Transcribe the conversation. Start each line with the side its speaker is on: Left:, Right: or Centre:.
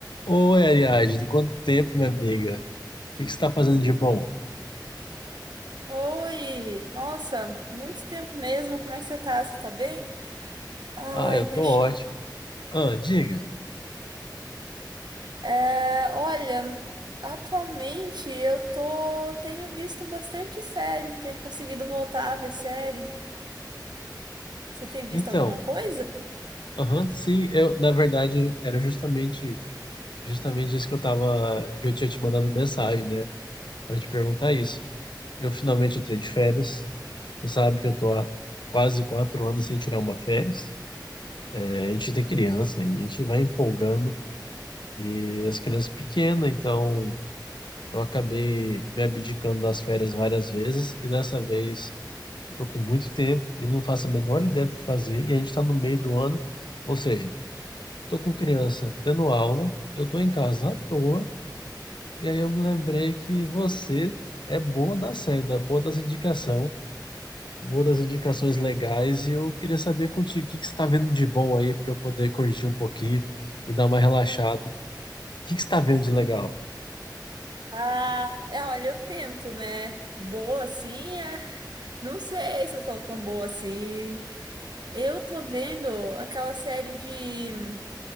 Left: Oi, Ariadne, de quanto tempo, minha amiga? O que que você está fazendo de bom?
Right: Oi! Nossa, muito tempo mesmo. Como é que você tá? Você tá bem? Ai,
Left: Ah, eu
Right: deixa
Left: tô ótimo.
Right: eu.
Left: Ah, diga.
Right: É, olha, atualmente eu tô. Tenho visto bastante série, tenho conseguido voltar a ver série. Você tem visto
Left: Então,
Right: alguma coisa?
Left: aham, sim, eu, na verdade, era justamente, justamente isso que eu tava, que eu tinha te mandado mensagem, né, para te perguntar isso. Eu finalmente entrei de férias. Você sabe que eu tô há quase quatro anos sem tirar uma férias. É, a gente tem criança e a gente vai empolgando e as crianças pequenas, então eu acabei me abdicando das férias várias vezes e dessa vez Estou com muito tempo e não faço a menor ideia do que fazer. E a gente está no meio do ano, ou seja, estou com criança tendo aula, eu estou em casa à toa. E aí eu me lembrei que você é boa da seda, boa das indicação, boa das indicações legais. E eu queria saber contigo o que que você está vendo de bom aí para eu poder curtir um pouquinho e dar uma relaxada. O que que você está vendo de legal?
Right: Ah, é, olha, eu tento, né? Boa assim, é. Não sei se eu sou tão boa assim. Eu tô vendo aquela série de.